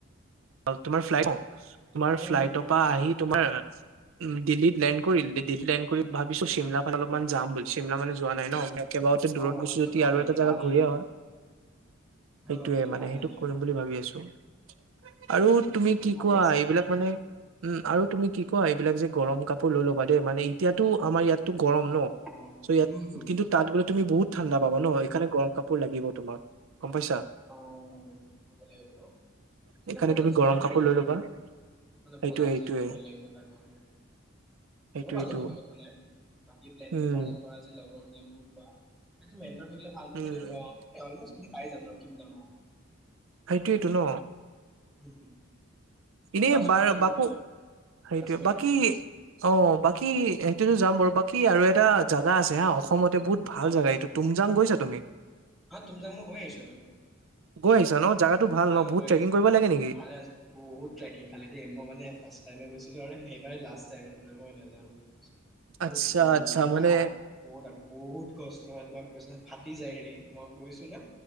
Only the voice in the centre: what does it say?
উম
হম হম উম
উম
অ
সেইটো
ভাল
আইডিয়া
ভাল আইডিয়া
অ
ভাল
আইডিয়া
আইডিয়াটো
ভালে
আছে
অ
অ
হম হম
অ কৰিব লাগিব ন
মানে বজাৰ
চজাৰ
অলপ
কৰিব
লাগিব
অলপ
বজাৰ
সজাৰ কৰিব লাগিব তাৰ কাৰণে।
হ'ব বাৰু সেইটো কথা নাই বাকী প্লেনটো
কৰা যে থাকিলে ভাল তুম
এইটো অলমোষ্ট পাৰি যাম ন। কিন ডাঙৰ
<unintelligible>
ফাৰ্ষ্ট
ক'ত যাম বুলি
ভাবিছা
কাশ্মীৰৰ
হা হা
হা
হা তুমজাং মই গৈ আহিছোঁ তো।
হ
গৈ
আছ
ভালে আছ বহুত ট্ৰেকিং। ভালে দে মানে ফাৰ্ষ্ট টাইমে গৈছিলোঁ আৰু সেইবেই লাষ্ট টাইম মান মই নাযাওঁ বুলি ভাবিছোঁ। মানে
বহুত
আপ বহুত আপ বহুত কষ্ট মই তোমাক কৈছো ফাটি যায়ৰে মই গৈছো না